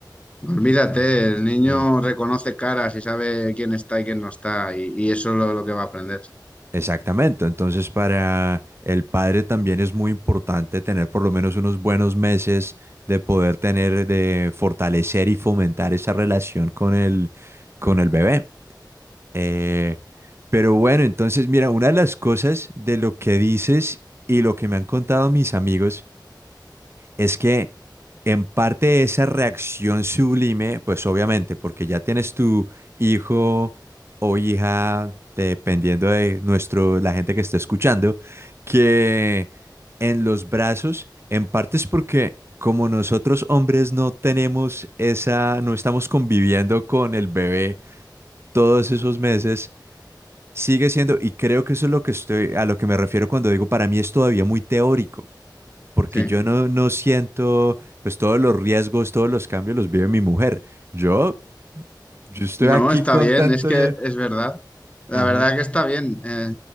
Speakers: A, on the left; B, on the right.
A: Olvídate,
B: Entonces,
A: el niño
B: sí.
A: reconoce caras y sabe quién está y quién no está, y, y eso es lo, lo que va a aprender.
B: Exactamente. Entonces, para el padre también es muy importante tener por lo menos unos buenos meses de poder tener, de fortalecer y fomentar esa relación con el, con el bebé. Eh, pero bueno, entonces, mira, una de las cosas de lo que dices y lo que me han contado mis amigos. Es que en parte esa reacción sublime, pues obviamente, porque ya tienes tu hijo o hija, dependiendo de nuestro, la gente que está escuchando, que en los brazos, en parte es porque como nosotros hombres no tenemos esa, no estamos conviviendo con el bebé todos esos meses, sigue siendo, y creo que eso es lo que estoy, a lo que me refiero cuando digo, para mí es todavía muy teórico porque
A: Sí.
B: yo no, no siento, pues todos los riesgos, todos los cambios los vive mi mujer. Yo, yo estoy
A: No,
B: aquí
A: está
B: con
A: bien,
B: tanto...
A: es que
B: ya-
A: es verdad. La
B: Ajá,
A: verdad que está bien. eh.